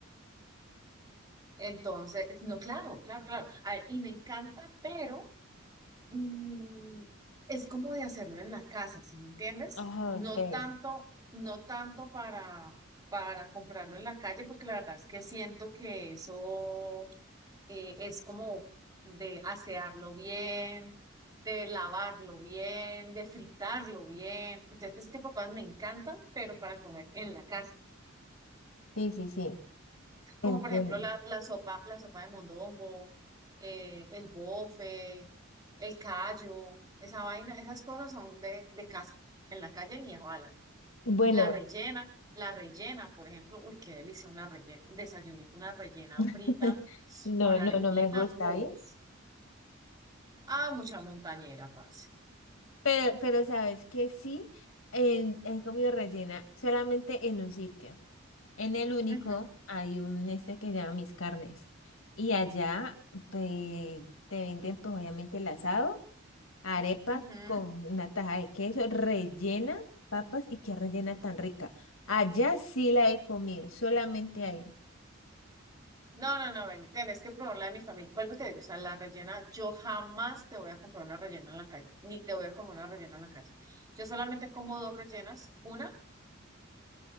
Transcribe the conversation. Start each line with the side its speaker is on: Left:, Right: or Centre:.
Right: entonces, no, claro, claro, claro. A ver, y me encanta, pero mm, es como de hacerlo en la casa, ¿sí me entiendes?
Left: Ajá,
Right: No
Left: ok.
Right: tanto, no tanto para, para comprarlo en la calle, porque la verdad es que siento que eso eh, es como de asearlo bien, de lavarlo bien, de fritarlo bien. Entonces, ese tipo de cosas me encantan, pero para comer en la casa
Left: Sí, sí, sí,
Right: como
Left: entiendo.
Right: por ejemplo la, la sopa, la sopa de mondongo, eh, el bofe, el callo, esa vaina, esas cosas son de, de casa, en la calle ni a bala.
Left: Bueno,
Right: La rellena, la rellena, por ejemplo, uy, qué delicia una rellena, desayunito, una rellena
Left: <laughs>
Right: frita
Left: no,
Right: con arepita,
Left: no, no me gusta,
Right: o
Left: ¿bien?
Right: ah, mucha montañera, parce.
Left: Pero, pero sabes que sí, en, en comida rellena, solamente en un sitio. En el único
Right: Ujú,
Left: hay un este que llama Mis Carnes. Y allá pe- te venden, pues, obviamente el asado. Arepa
Right: ujú.
Left: con una taja de queso rellena, papas y qué rellena tan rica. Allá sí la he comido, solamente ahí.
Right: No, no, no, Benny, tenés que probar la de mi familia. Vuelvo y te digo, o sea, la rellena, yo jamás te voy a comprar una rellena en la calle, ni te voy a comer una rellena en la calle. Yo solamente como dos rellenas, una,